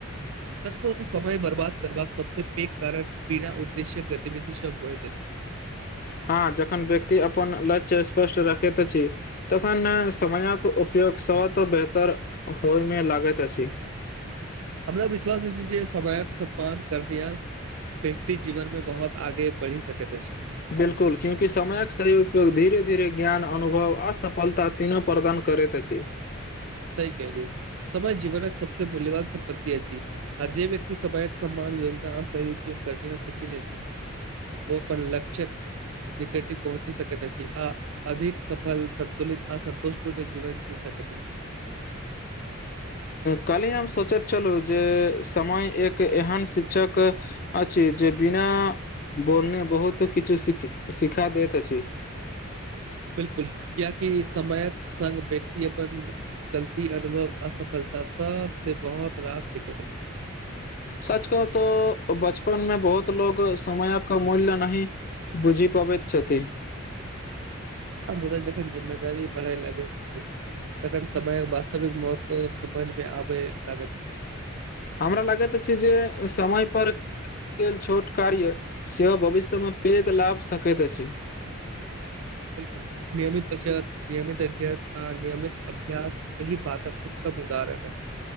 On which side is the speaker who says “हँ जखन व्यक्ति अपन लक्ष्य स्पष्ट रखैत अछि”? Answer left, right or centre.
Left